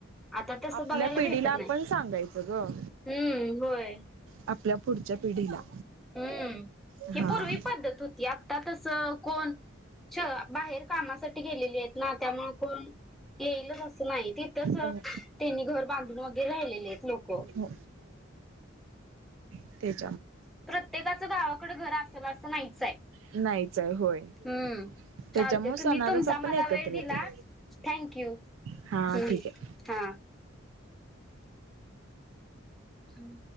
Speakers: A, in the centre; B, on the right (about 70°).
A: आता तस
B: आपल्या
A: बघायला
B: पिढीला
A: भेटत
B: आपण
A: नाही
B: सांगायचं ग
A: हम् होय
B: आपल्या पुढच्या पिढीला
A: हम्म
B: हा
A: हे पूर्वी पद्धत होती आता तसं कोण बाहेर कामासाठी गेलेली आहेत ना त्यामु कोण येईलच असं नाही तिथंच त्यांनी
B: अ
A: घर बांधून वगैरे राहिलेले आहेत लोक
B: हो ते
A: प्रत्येकाचं गावाकडे घर असेल अस. नाहीच आहे.
B: नाहीच आहे होय
A: हम्
B: त्याच्यामुळे
A: चालते तुम्ही
B: सणालाच
A: तुमचा
B: आपण
A: मला
B: एकत्र
A: वेळ दिला
B: येतोय
A: थँक यू
B: हां
A: हम्
B: ठीक आहे
A: हा.. हम्म